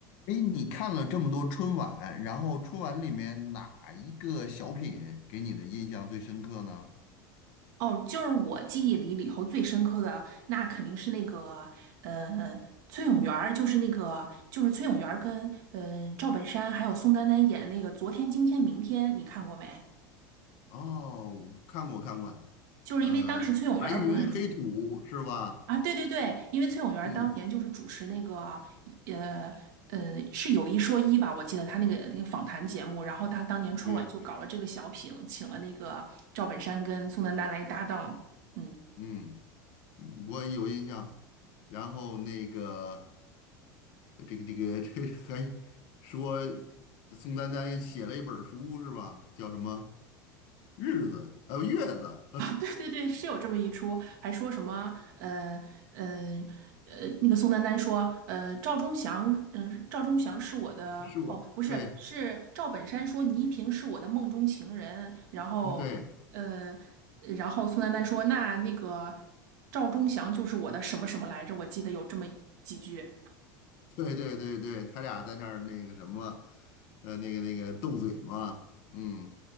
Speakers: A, on the left; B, on the right.
A: 哎，你看了这么多春晚，然后春晚里面哪一个小品给你的印象最深刻呢？
B: 哦，就是我记忆里里头最深刻的，那肯定是那个呃，崔永元儿就是那个就是崔永元儿跟嗯、呃赵本山还有宋丹丹演的那个《昨天、今天、明天》，你看过没？
A: 哦，看过看过，
B: 就是因为当时崔永元儿不是主
A: 呃，白云黑土是吧？
B: 啊，对对对，因为崔永元儿当年就是主持那个呃呃是有一说一吧，
A: 嗯，
B: 我记得他那个那个访谈节目，然后他当年春晚就搞了这个小品，
A: 对对，
B: 请了那个赵本山跟宋丹丹来搭档，嗯。
A: 嗯，嗯我有印象。然后那个这个这个 <laughs> 这还说宋丹丹写了一本书是吧？叫什么日子？呃，月子
B: 对对对，是有这么一出，还说什么呃呃呃，那个宋丹丹说，呃，赵忠祥，嗯、赵忠祥是我的，
A: <laughs> 是我对
B: 哦，不是，是赵本山说倪萍是我的梦中情人，然后呃，
A: 嗯对。
B: 然后宋丹丹说，那那个赵忠祥就是我的什么什么来着？我记得有这么几句，
A: <laughs> 对对对对，他俩在那儿那个什么，呃，那个那个斗嘴嘛，嗯，